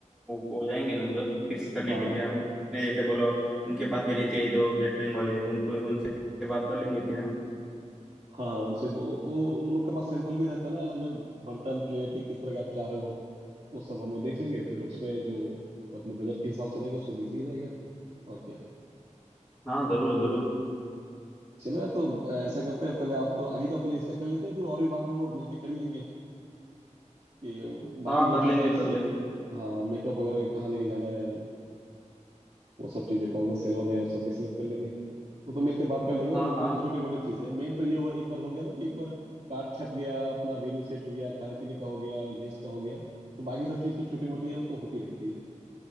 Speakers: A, in the centre; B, on the right.
A: को जाएंगे ना उधर फिक्स करने
B: हाँ
A: के
B: हाँ
A: लिए आपने जैसे बोला उनके पास भी रहते हैं जो कैटरिंग वाले उनको उनसे बात कर लेंगे फिर हम
B: हाँ हाँ उनसे वो वो वो लोग के पास सैंपल भी रहता है ना अलग अलग बर्तन प्लेट की किस तरह का आप चाह रहे हो वो सब हम लोग देख लेंगे फिर उसमें जो मतलब अपने बजट के हिसाब से रहेगा उसको देख लिया जाएगा और क्या
A: हाँ जरूर जरूर
B: चलो यार तो ऐसा करते हैं पहले आप तो आ ही जाओ पहले इसका कर लेते हैं फिर और भी बात हम लोग मिलके कर ही लेंगे कि बाकी
A: हाँ
B: जो
A: कर
B: चीज़ें
A: लेंगे
B: हैं जैसे
A: कर लेंगे
B: हाँ मेकअप वगैरह का कहाँ लेके जाना है वो सब चीजें कौन सा सैलून है वो सब भी सिलेक्ट कर लेंगे वो तो मिलके बात कर लेंगे
A: हाँ
B: वो वो
A: हाँ
B: तो छोटी मोटी चीजें हैं मेन तो ये हो एक बार हो गया ना कि एक बार कार्ड छप गया अपना वेन्यू सेट हो गया खाने पीने का हो गया गेस्ट का हो गया तो बाकी सब चीज तो छोटी मोटी है वो तो होती रहती है